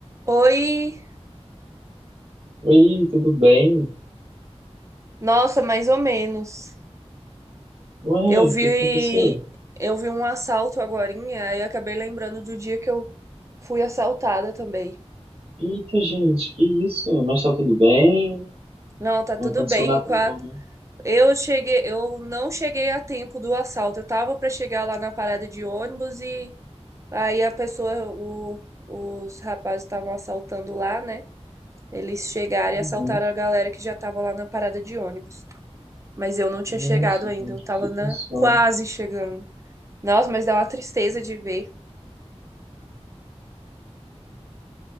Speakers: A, on the right; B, on the right.
A: Oi,
B: Oi, tudo bem?
A: nossa, mais ou menos.
B: Ué,
A: Eu vi,
B: o que que aconteceu?
A: eu vi um assalto agorinha e acabei lembrando do dia que eu fui assaltada também.
B: Eita, gente, que isso? Mas tá tudo bem?
A: Não, tá
B: Não
A: tudo
B: aconteceu
A: bem.
B: nada
A: com
B: não,
A: a-
B: né?
A: Eu cheguei, eu não cheguei a tempo do assalto. Eu tava pra chegar lá na parada de ônibus e aí a pessoa, o- os rapazes estavam assaltando lá, né? Eles chegaram
B: Uhum.
A: e assaltaram a galera que já tava lá na parada de ônibus. Mas eu não tinha
B: Nossa,
A: chegado
B: gente,
A: ainda, eu tava
B: que situação.
A: na quase chegando. Nossa, mas dá uma tristeza de ver.